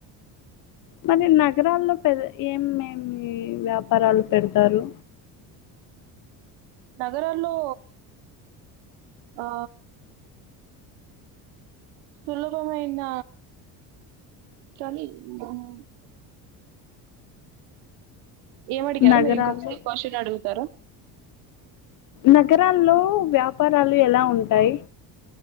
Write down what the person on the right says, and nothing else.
నగరాల్లో ఆ సులభమైన <unintelligible> ఏమడిగారు
మీరు ఇంకొ <inaudible> క్వశ్చన్ అడుగుతారు